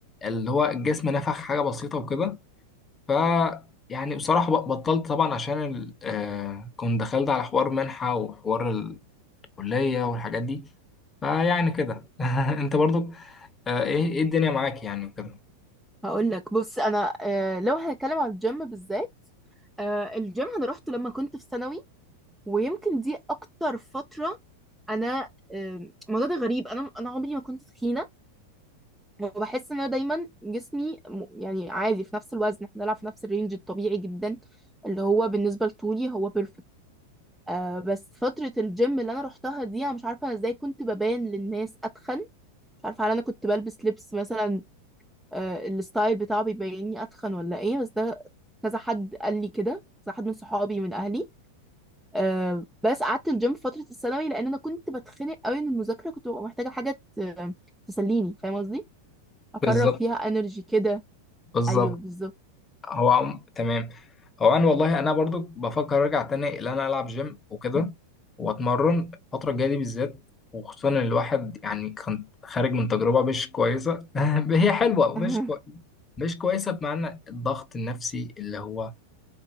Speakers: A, on the left; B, in the centre.
A: اللي هو الجسم نفخ حاجه بسيطه وكده ف يعني بصراحه ب- بطلت طبعا عشان ال- آه، كنت دخلت على حوار منحه وحوار الكليه والحاجات دي فيعني كده <laughs> انت برضو آه، ايه ايه الدنيا معاك يعني وكده
B: هقول لك بص انا آه، لو هنتكلم عن الجيم بالذات آه، الجيم انا روحته لما كنت في ثانوي ويمكن دي اكتر فتره انا آم، الموضوع ده غريب انا انا عمري ما كنت تخينه وبحس ان انا دايما جسمي م- يعني عادي في نفس الوزن احنا بنلعب في نفس الرينج الطبيعي جدا اللي هو بالنسبه لطولي هو بيرفكت آه بس فتره الجيم اللي انا روحتها دي انا مش عارفه ازاي كنت ببان للناس اتخن مش عارفه هل انا كنت بلبس لبس مثلا آه، الستايل بتاعه بيبيني اتخن ولا ايه بس ده كذا حد قال لي كده كذا حد من صحابي من اهلي آه، بس قعدت الجيم في فترة الثانوي لأن أنا كنت بتخنق قوي من المذاكرة كنت ببقى محتاجة حاجة ت- تسليني فاهم قصدي؟ أفرغ
A: بالظبط
B: فيها انرجي كده
A: بالظبط
B: أيوه بالظبط
A: هو عم... تمام هو انا والله انا برضو بفكر ارجع تاني ان انا العب جيم وكده واتمرن الفتره الجايه دي بالذات وخصوصا ان الواحد يعني كان خارج من تجربه مش كويسه <laughs> هي حلوه
B: <laughs>
A: مش كو... مش كويسه بمعنى الضغط النفسي اللي هو